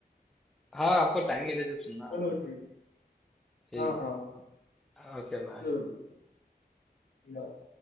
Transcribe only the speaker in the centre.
हाँ आपको टाइम मिले जब सुनना
आपको
ठीक
है Okay bye